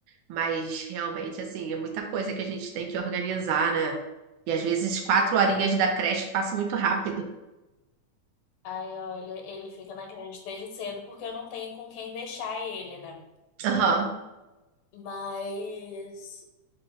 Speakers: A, on the right; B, on the left.
A: Mas realmente, assim, é muita coisa que a gente tem que organizar, né? E às vezes quatro horinhas da creche passam muito rápido.
B: Ai, olha, ele fica na creche desde cedo porque eu não tenho com quem deixar ele, né?
A: Aham.
B: Mas